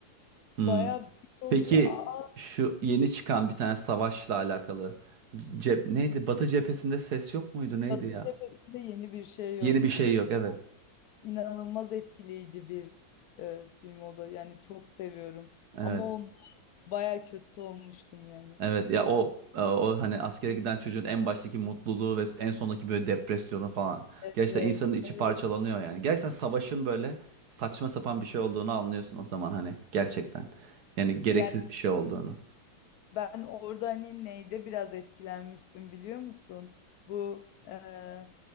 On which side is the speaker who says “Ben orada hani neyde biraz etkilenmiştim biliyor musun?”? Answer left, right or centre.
Left